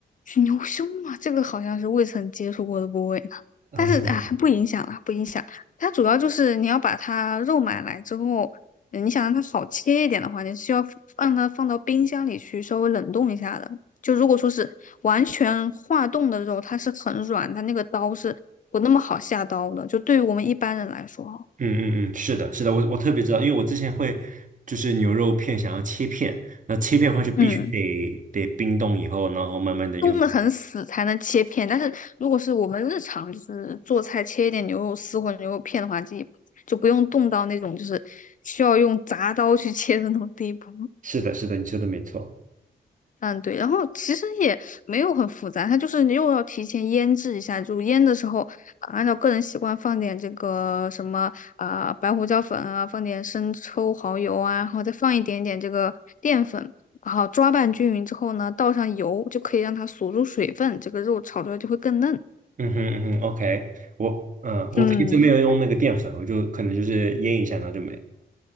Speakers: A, on the left; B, on the right.
A: 牛胸嘛，这个好像是未曾接触过的部位呢。
B: 啊，
A: 但是哎，
B: 是吗？
A: 不影响啦，不影响。它主要就是你要把它肉买来之后，呃你想让它少切一点的话，你需要放它放到冰箱里去稍微冷冻一下的。就如果说是完全化冻的肉，它是很软，它那个刀是不那么好下刀的。就对于我们一般人来说哈，
B: 嗯嗯嗯，是的，是的，我我特别知道，因为我之前会就是牛肉片想要切片，那切片的话就必须得得冰冻以后，
A: 嗯。
B: 然后慢慢的用。
A: 冻得很死才能切片，但是如果是我们日常就是做菜切一点牛肉丝或者牛肉片的话，这就不用冻到那种就是需要用铡刀去切的那种地步。
B: 是的，是的，你说的没错。
A: 嗯，对，然后其实也没有很复杂，它就是你又要提前腌制一下，就腌的时候，啊按照个人习惯放点这个什么啊、白胡椒粉啊，放点生抽、蚝油啊，然后再放一点点这个淀粉，然后抓拌均匀之后呢，倒上油就可以让它锁住水分，这个肉炒出来就会更嫩。
B: 嗯哼嗯哼，OK，我嗯，我平时没有用那个淀粉，
A: 嗯，
B: 我就可能就是腌一下，然后就没了。